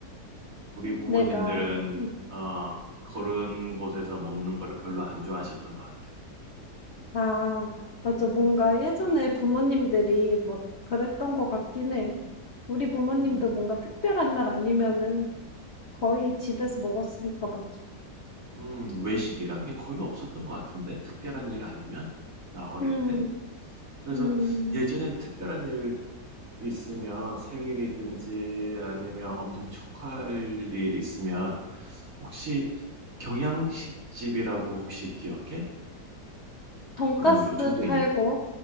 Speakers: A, on the right; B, on the left.
A: 우리 부모님들은,
B: 내가. 음.
A: 어, 그런 곳에서 먹는 거를 별로 안 좋아하셨던 것 같아.
B: 아, 맞아. 뭔가 예전에 부모님들이 막 그랬던 것 같긴 해. 우리 부모님도
A: 음,
B: 뭔가 특별한 날 아니면은 거의 집에서 먹었으니까 맞아.
A: 음, 외식이란 게 거의 없었던 것 같은데? 특별한 일 아니면? 나 어릴
B: 음,
A: 때? 그래서
B: 음,
A: 예전엔 특별한 일 있으면 생일이든지 아니면 엄청 축하할 일 있으면 혹시 경양식집이라고 혹시 기억해?
B: 돈가스
A: 그런 거 요즘도
B: 팔고
A: 있는